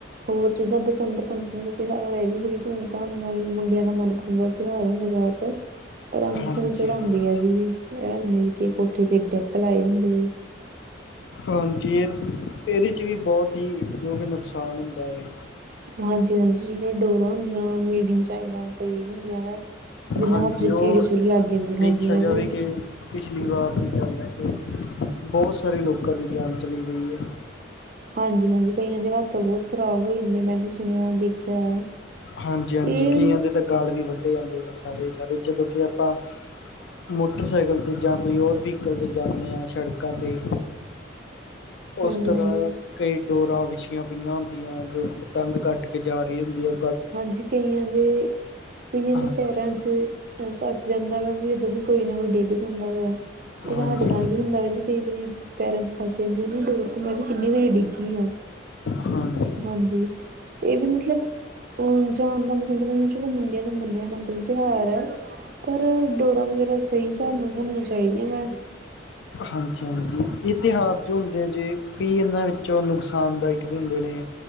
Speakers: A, on the right; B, on the left.
A: ਹੋਰ ਜਿੱਦਾਂ ਬਸੰਤ ਪੰਚ ਦਾ ਤਿਉਹਾਰ ਹੈ ਇਹ ਵੀ ਬੜੀ ਧੂਮ ਧਾਮ ਨਾਲ ਮੁੰਡਿਆਂ ਦਾ ਮਨਪਸੰਦ ਦਾ ਤਿਉਹਾਰ ਹੁੰਦਾ ਜ਼ਿਆਦਾਤਰ। ਪਤੰਗ
B: ਹਾਂਜੀ
A: ਪਤੰਗ ਚੜਾਉਂਦੇ
B: ਹਾਂਜੀ
A: ਆ ਜੀ ਇਹ ਰਲ ਮਿਲ ਕੇ ਕੋਠੇ ਤੇ ਡਿੱਕ ਲਾਏ ਹੁੰਦੇ।
B: ਹਾਂਜੀ ਇਹਦੇ ਚ ਵੀ ਬਹੁਤ ਹੀ ਜੋ ਕਿ ਨੁਕਸਾਨ ਹੁੰਦਾ ਹੈ।
A: ਹਾਂਜੀ ਹਾਂਜੀ ਜਿਹੜੀਆਂ ਡੋਰਾਂ ਹੁੰਦੀਆਂ ਮਾੜੇ ਚਾਈਨਾ ਕਈ ਹੁੰਦੀਆਂ ਨੇ। ਜਿੰਨਾ
B: ਹਾਂਜੀ
A: ਹੱਥ ਚ
B: ਉਹ
A: ਚੀਰੇ ਚੁਰੀ ਲੱਗ ਜਾਂਦੀ ਹਾਂਜੀ
B: ਦੇਖਿਆ
A: ਮੈਂ
B: ਜਾਵੇ
A: ਵੀ
B: ਕਿ ਪਿਛਲੀ ਵਾਰ ਦੀ ਗੱਲ ਹੈ। ਕਿ ਬਹੁਤ ਸਾਰੇ ਲੋਕਾਂ ਦੀ ਜਾਨ ਚਲੀ ਗਈ ਹੈ।
A: ਹਾਂਜੀ ਹਾਂਜੀ ਕਈਆਂ ਦੇ ਹੱਥ ਬਹੁਤ ਖ਼ਰਾਬ ਹੋ ਜਾਂਦੇ ਹੈ। ਮੈਂ ਵੀ ਸੁਣਿਆ ਦੇਖਿਆ ਹੈ।
B: ਹਾਂਜੀ ਹਾਂਜੀ
A: ਇਹ
B: ਕਈਆਂ ਦੇ ਤਾਂ ਗਲ਼ ਵੀ ਵੱਢੇ ਜਾਂਦੇ ਨੇ ਸਾਰੇ ਸਾਰੇ ਜਦੋਂ ਕਿ ਆਪਾਂ। ਮੋਟਰਸਾਈਕਲ ਤੇ ਜਾਂ ਕੋਈ ਹੋਰ ਵਹੀਕਲ ਤੇ ਜਾਂਦੇ ਹਾਂ। ਸੜਕਾਂ ਤੇ। ਉਸ
A: ਹਾਂਜੀ-ਹਾਂਜੀ,
B: ਤਰ੍ਹਾਂ
A: ਹਾਂਜੀ
B: ਕਈ ਡੋਰਾਂ ਵਿੱਛੀਆਂ ਪਈਆਂ ਹੁੰਦੀਆਂ ਹੈ। ਜੋ ਪਤੰਗ ਕੱਟ ਕੇ ਜਾ ਰਹੀ ਹੁੰਦੀ ਹੈ।
A: ਹਾਂਜੀ ਕਈਆਂ ਦੇ ਕਈਆਂ
B: ਹਾਂਜੀ
A: ਦੇ ਪੈਰਾਂ 'ਚ। ਅਹ ਫਸ ਜਾਂਦਾ ਵਾ ਵੀ ਉਦੋਂ ਵੀ ਕੋਈ ਨਾ ਕੋਈ ਡਿੱਗ ਜਾਂਦਾ ਵਾ ਇਹ
B: ਹਾਂਜੀ
A: ਤਾਂ ਸਾਡੇ ਨਾਲ ਵੀ ਹੁੰਦਾ ਵੈਸੇ। ਕਈ ਵਾਰੀ ਪੈਰਾਂ 'ਚ ਫਸ ਜਾਂਦੀ ਆ ਨਾ ਡੋਰ ਤੇ ਮੈਂ ਵੀ ਕਿੰਨੀ ਵਾਰੀ ਡਿੱਗੀ ਆਂ।
B: ਹਾਂਜੀ ਹਾਂਜੀ
A: ਹਾਂਜੀ ਇਹ ਵੀ ਮਤਲਬ। ਉਹ ਉਂਝ ਉਹਦਾ ਬਸੰਤ ਪੰਚਮੀ ਮੁੰਡਿਆਂ ਦਾ ਮੰਨਿਆ ਮਨਪਸੰਦ ਤਿਉਹਾਰ ਹੈ। ਪਰ ਡੋਰਾਂ ਵਗੈਰਾ ਸਹੀ ਹਿਸਾਬ ਨਾਲ ਹੋਣੀਆਂ ਚਾਹੀਦੀਆਂ ਮੈਂ।
B: ਹਾਂਜੀ ਹਾਂਜੀ ਇਹ ਤਿਉਹਾਰ ਜੋ ਹੁੰਦੇ ਆ ਜੇ। ਕਈ ਇਹਨਾਂ ਵਿੱਚੋਂ ਨੁਕਸਾਨ ਦਾਇਕ ਵੀ ਹੁੰਦੇ ਨੇ